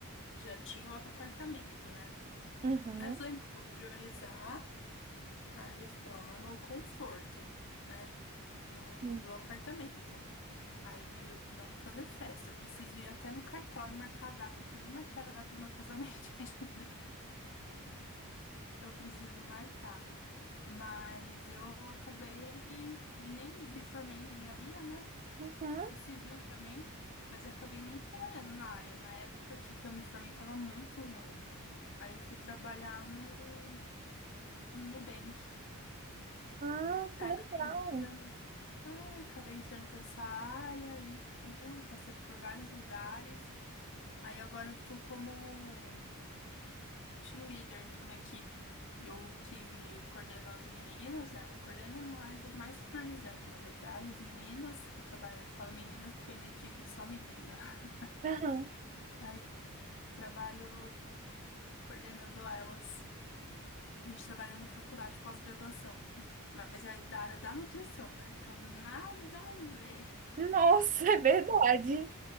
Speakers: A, on the left (about 55°); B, on the right (about 35°).
A: já tinha o apartamento, né?
B: Uhum.
A: Aí eu falei, não, vou priorizar a reforma, o conforto, né, do,
B: Uhum.
A: do apartamento. Aí eu não vou fazer festa, eu preciso ir até no cartório marcar a data, que eu nem marquei a data do meu casamento <laughs> ainda. Eu preciso marcar. Mas eu acabei nem me formei em engenharia, né?
B: Uhum.
A: E civil também, mas eu acabei nem trabalhando na área. Na época que, que eu me formei estava muito ruim. Aí eu fui trabalhar no, no Nubank.
B: Ah, que
A: Aí
B: legal.
A: acabei entrando, é, acabei entrando para essa área e fui, passei por vários lugares. Aí agora eu tô como team leader de uma equipe. Eu que coordeno as meninas, né? Coordeno mais, eu mais supervisiono, na verdade, as meninas, que eu trabalho, eu falo meninas porque a minha equipe é só menina. <laughs>
B: Aham.
A: Aí trabalho coordenando elas. A gente trabalha numa faculdade de pós-graduação, mas é da área da nutrição, né? Então nada a ver.
B: Nossa, <laughs> é verdade.